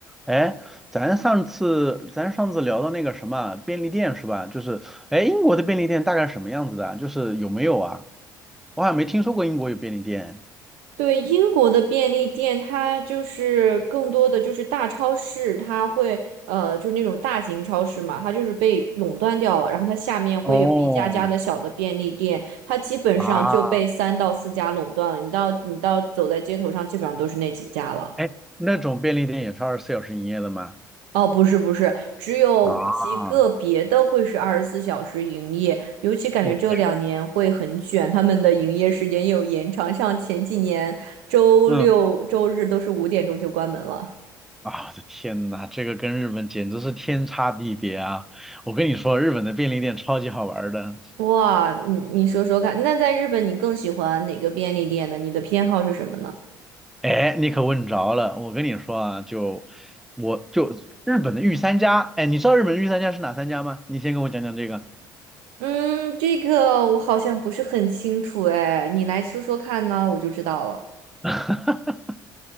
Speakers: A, in the centre; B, on the right (about 65°).
A: 哎，咱上次咱上次聊到那个什么便利店是吧？就是，哎，英国的便利店大概什么样子的啊就是有没有啊？我好像没听说过英国有便利店。
B: 对，英国的便利店，它就是更多的就是大超市，它会呃，就是那种大型超市嘛，它就是被垄断掉了，然后它下面会有一家家的小的便利店，
A: 哦，
B: 它基本上就被三到四家垄断了。
A: 啊，
B: 你到你到走在街头上，基本上都是那几家了。
A: 哎，那种便利店也是二十四小时营业的吗？
B: 哦，不是不是，只有极个别的会是二十四小时营业，
A: 啊
B: 尤其感觉这两年会很卷，
A: ，OK，
B: 他们的营业时间又有延长，像前几年周六周日都是五点钟就关门了。
A: 嗯，啊，我的天呐，这个跟日本简直是天差地别啊！我跟你说，日本的便利店超级好玩儿的。
B: 哇，你你说说看，那在日本你更喜欢哪个便利店呢？你的偏好是什么呢？
A: 哎，你可问着了，我跟你说啊，就我就日本的御三家，哎，你知道日本的御三家是哪三家吗？你先跟我讲讲这个。
B: 嗯，这个我好像不是很清楚哎，你来说说看呢，我就知道了。
A: <laughs>